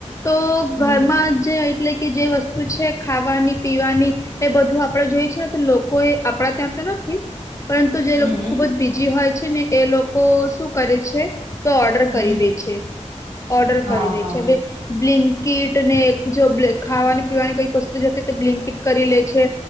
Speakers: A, on the left (about 25°); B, on the right (about 35°).
A: તો
B: હમ
A: ઘરમાંજ એટલે કે જે વસ્તુ છે ખાવાની પીવાની એ બધું આપડે જોય છે કે લોકો એ આપડા ત્યાં આપતા નથી પરંતુ જે
B: હમ
A: લોકો
B: હમ
A: ખુબ જ બીજી હોય છે ને એ લોકો શું કરે છે. તો ઓર્ડર
B: હમ
A: કરી દેય છે ઓર્ડર
B: હા
A: કરી દેય
B: હા
A: છે
B: હા
A: હવે બ્લિંક કીટ ને જો બ્લ ખાવાની પીવાની કઈક વસ્તુ જોતી હોય તો બ્લિટ કરી લે છે